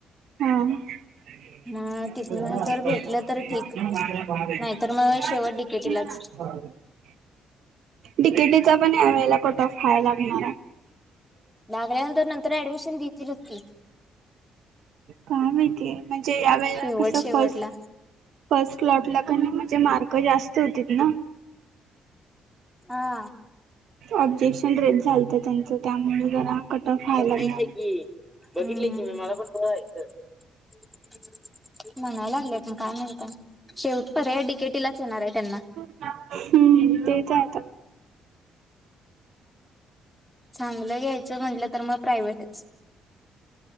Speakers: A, on the right; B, in the centre.
A: हा <unintelligible>
B: मग तिथनं जर भेटलं तर ठीक नाहीतर मग शेवट डिकेटीलाच
A: तिकिटीचा पण यावेळेला कट फ व्हा लागणार
B: लागल्यानंतर नंतर ऍडमिशन देतीलचती
A: काय माहितीय म्हणजे यावेेळेला
B: शेवट
A: कसं
B: शेवटला.
A: फस फर्स्ट क्लॉट ला क म्हणजे मार्क जास्त होती ना
B: हा
A: ऑब्जेक्शन रेट झालत त्यांचं त्यामुळे जरा कट ऑफ व्हायला
B: अरे माहित
A: लागणार.
B: आहे की बघितले की मी मला पण बोंचं म्हणाय लागलेत मण काय मिळत शेवट पर आहेय डीकेटी लाच येणार आहे त्यांना
A: हम्म तेेत येत
B: चांगलं घ्यायचं म्हटलं तर मग प्रायव्टच